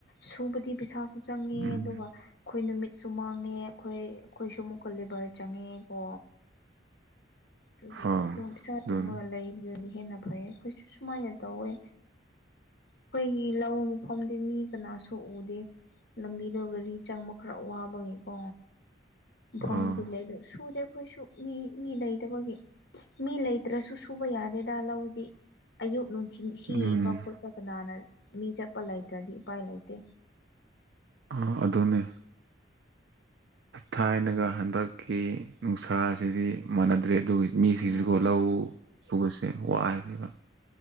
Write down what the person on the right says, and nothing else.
ꯎꯝ
ꯍꯣꯏ
ꯑꯗꯨꯅꯤ
ꯑꯥ
ꯎꯝ
ꯑ ꯑꯗꯨꯅꯦ ꯊꯥꯏꯅꯒ ꯍꯟꯗꯛꯀꯤ ꯅꯨꯡꯁꯥ ꯑꯁꯤꯗꯤ ꯃꯥꯟꯅꯗ꯭ꯔꯦ ꯑꯗꯨꯒ ꯃꯤꯒꯤꯁꯤꯀꯣ
ꯂꯧ ꯁꯨꯕꯁꯦ ꯋꯥꯏꯌꯦꯅ